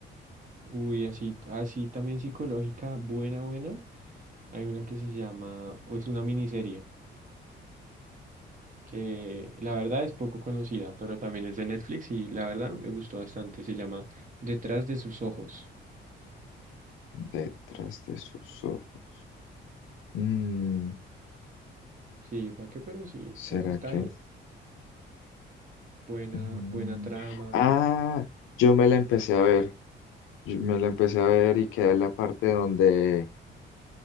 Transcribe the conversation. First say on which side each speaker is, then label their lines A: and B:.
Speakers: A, on the right; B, on the left.
A: Uy, así, así también psicológica, buena, buena. Hay una que se llama, o es una miniserie, que la verdad es poco conocida, pero también es de Netflix y la verdad me gustó bastante. Se llama Detrás de sus ojos.
B: Detrás de sus ojos. Mm,
A: Sí, ¿para qué? Pero sí,
B: ¿será
A: pues está
B: que?
A: bien. Buena,
B: Mm,
A: buena trama.
B: Ah, yo me la empecé a ver, yo me la empecé a ver y quedé en la parte donde,